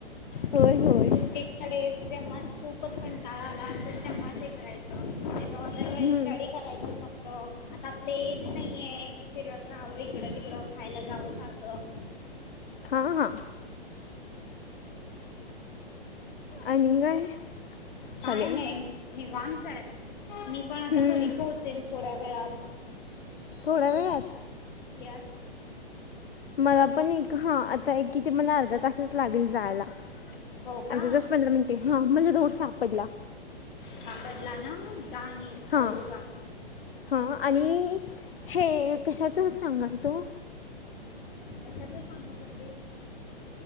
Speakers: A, on the left; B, on the left.
A: होय होय
B: सुट्टीत.. ज जेव्हा खूपच पण टाळा आला असेल तेव्हाच ते करायचं अदरवाईज
A: हं,
B: स्टडी करायचं फक्त. आता आपलं ऐज नाहीये की फिरत राहावं इकडं तिकडं खायला जावं सारख.
A: हां हां आणि काय?
B: काय
A: हॅलो
B: नाही निवांताय. मी पण आता
A: हं,
B: घरी पोहचेल. थोड्या वेळात.
A: थोड्या वेळात.
B: येस
A: मला पण एक हा आता एक कि, ते मला अर्धा तासच लागेल जायला
B: हो का
A: अर्धा तास पंधरा मिनटे. हां मला रोड सापडला.
B: सापडला ना जा नीट.
A: हां
B: हळू जा
A: हां आणि हे कशाचं सांगाल तो,
B: कशाात सांगत होतीस.